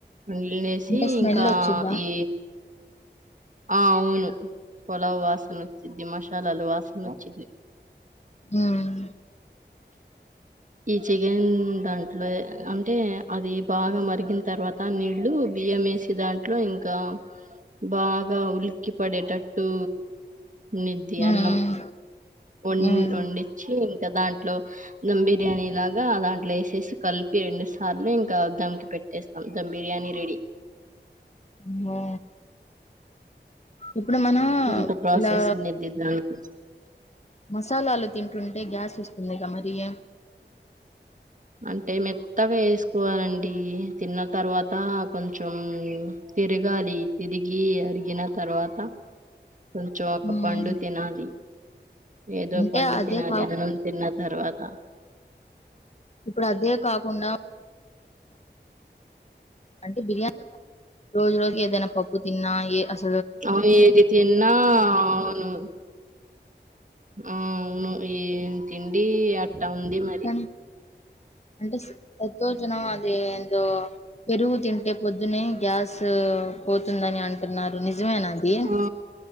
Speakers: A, on the right; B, on the left.
A: నీళ్ళేసి
B: అంటే స్మెల్
A: ఇంకా
B: వచ్చిద్దా
A: ఈ ఆ అవును పొలావు వాసన వచ్చిద్ది, మశాలాలు వాసన వచ్చిద్ది.
B: హ్మ్
A: ఈ చికెన్ దాంట్లో అంటే అది బాగా మరిగిన తర్వాత నీళ్ళు, బియ్యం వేసి దాంట్లో ఇంకా బా గ ఉల్కిపడేటట్టు నిద్ది
B: హ్మ్
A: అన్నం వం
B: హ్మ్
A: వండించీ దాంట్లో ధమ్ బిర్యానీ లాగా దాంట్లో ఏసేసి కలిపి, రెండు సార్లు ఇంకా దమ్కి పెట్టేస్తాం ధమ్ బిర్యానీ రెడీ.
B: అమ్మో ఇప్పుడు మనం
A: అంత ప్రాసెస్
B: ఇలా
A: ఉండిద్ది దానికి
B: మసాలాలు తింటుంటే గ్యాస్ వస్తుంది గా మరియే
A: అంటే మెత్తగా వేసుకోవాలండి. తిన్న తర్వాత కొంచెం తిరగాలి, తిరిగి అరిగిన తర్వాత కొంచం ఒక
B: మ్మ్
A: పండు తినాలి ఏదో
B: అంటే
A: పండు
B: అదే
A: తినాలి
B: కా
A: అన్నం తిన్న తర్వాత
B: ఇప్పుడు అదే కాకుండా అంటే బిర్యానీ కదా, రోజు రోజు ఏదైనా పప్పు తిన్నా ఏ అస్
A: అవును ఏది తిన్నా అవును ఆ అవును ఈ తిండి అట్టా ఉంది మరి
B: కనీ అంటే దద్దోజనం అది ఏందో పెరుగు తింటే పొ ద్దునే గ్యాస్ పో ఉంటుందని అంటున్నారు నిజమేనా అది ఎం
A: ఆ